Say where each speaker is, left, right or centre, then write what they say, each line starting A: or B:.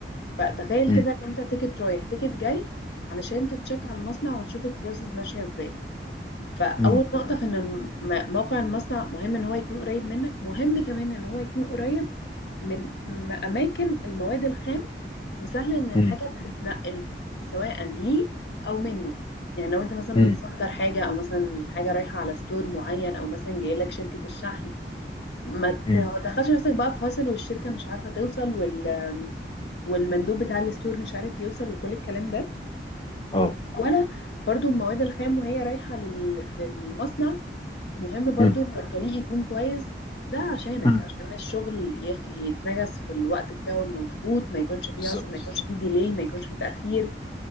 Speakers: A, on the left (about 80°); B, on the left (about 25°).
A: فتخيل
B: مم.
A: كده إن أنت تيكت رايح تيكت جاي علشان تتشك على المصنع وتشوف البروسيس ماشية إزاي فأول
B: مم.
A: نقطة في إن الم- م- موقع المصنع مهم إن هو يكون قريب منك مهم كمان إن هو يكون قريب من م- أماكن المواد الخام وسهل ان الحاجه
B: مم.
A: تتنقل سواء ليه او منه يعني لو انت مثلا
B: مم.
A: بتصدر حاجه او مثلا الحاجه رايحه على ستور معين او مثلا جاي لك شركه الشحن ما
B: مم.
A: تدخلش نفسك بقى في هاسل والشركه مش عارفه توصل وال والمندوب بتاع الستور مش عارف يوصل وكل الكلام ده
B: اه
A: ولا برضو المواد الخام وهي رايحة لل... للمصنع مهم برضو
B: مم.
A: ان الطريق يكون كويس ده عشانك
B: مم.
A: عشان الشغل يخ... يتنجز في الوقت بتاعه المظبوط ما يكونش فيه
B: بالظبط
A: عصر ما يكونش فيه ديلي ما يكونش فيه تأخير